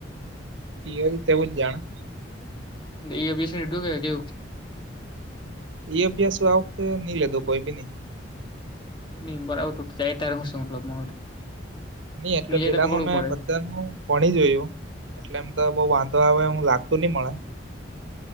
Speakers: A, on the right; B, on the left.
A: ઠીક છે, એવું જાણો.
B: એ અભ્યાસ ને કે કેવું?
A: એ અભ્યાસ આ વખતે નઈ લેતો, કોઈ બી નઈ.
B: ન બરાબર જાય <unintelligible>
A: નઈ, એટલે
B: ની જાય
A: પેલાનું
B: તો પકડવું
A: મેં
B: પડે
A: બધું. તેનુ ભણી જોયું, એટલે એમ તો બઉ વાંધો આવે લાગતું નહીં મળે.